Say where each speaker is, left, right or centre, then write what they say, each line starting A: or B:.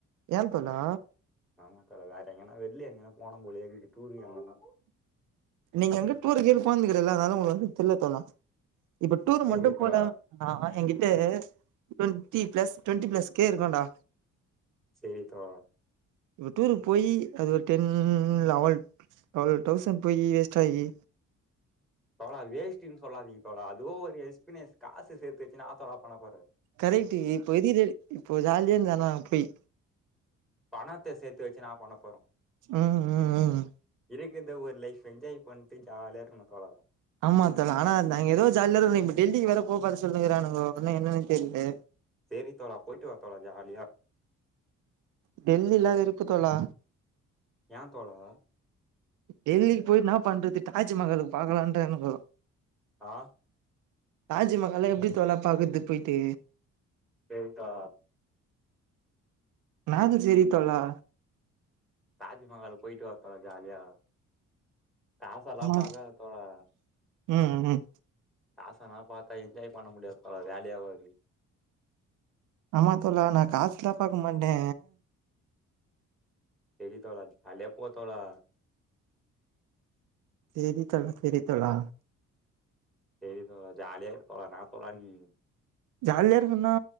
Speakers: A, on the right; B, in the centre.
A: ஏ தோழா
B: ஆமா தோழா வேர எங்கனா வெள்ல எங்கனா போனு போலேயே இருக்கு டூருக்கு எங்கன்னா
A: நீங்க வந்து டூரு கீரு போந்துகெடையாதுல்ல அதனால உங்களுக்கு வந்து தெர்ல தோழா இப்ப டூரு
B: செரி
A: மட்டு
B: தோழா
A: போனா ஆ எங்கிட்ட டொண்டிபிளஸ் டொண்ட்டிபிளஸ்க்கே இருக்குடா
B: செரி தோழா
A: ஒரு டூருக்கு போய்யி அது ஒரு டென் லெவல் டுவெல் தௌசண்ட் போய்யி வேஸ்டாகி
B: தோழா வேஷ்ட்டின்னு சொல்லாதீங்க தோழா அதுவு ஒரு எக்ஸ்பீரியன்ஸ் காசு சேத்து வெச்சின ஏன்னா தோழா பண்ண பாரு
A: கரெக்ட்டி இப்போ எது இப்போ ஜாலியே இருந்தா நா போய்
B: பணத்த சேத்து வெச்சு நா பண்ண போறோ
A: ம் ம் ம்
B: இருக்கற்து ஒரு லைஃப் என்ஜாய் பண்ணிட்டு ஜாலியா இருக்கணு தோழா
A: ஆமா ஆனா நாங்க ஏதோ ஜாலிய இருக்குரோ இப்ப டெல்லிக்கு வேற போகாத சொல்லுங்கிறானனுங்க ஒன்னும் என்னன்னு தெர்ல
B: செரி தோழா போய்ட்டு வா தோழா ஜாலியா
A: டெல்லில்ல இருக்கு தோழா
B: ஏ தோழா
A: டெல்லிக்கு போயிட் நா பண்றது தாஜ்மகாலுக்கு பாக்கலான்னுட்டு நின்னுங்குறோம்
B: ஆ
A: தாஜ்ஜிமகஹால்ல எப்டி தோழா பாக்குறது போயிட்டு
B: போய்ட்டா
A: நானும் செரி தோழா
B: தாஜ்மகாலுக்கு போயிட்டு வா தோழா ஜாலியா காசெல்லாம்
A: ஆமா
B: பாக்காத தோழா
A: ம் ஹூம்
B: காசனா பாத்தா என்ஜாய் பண்ண முடியாது பா வேலையே ஆவாது
A: ஆமா தோழா நான் காசுல்ல பாக்கமாட்டே
B: செரித்தோழா ஜாலியா போத்தோழா
A: செரித்தோழா செரித்தோழா
B: செரி தோழா ஜாலியா போலாம் இன்ன தோழா நீ
A: ஜாலியா இருக்குன்னா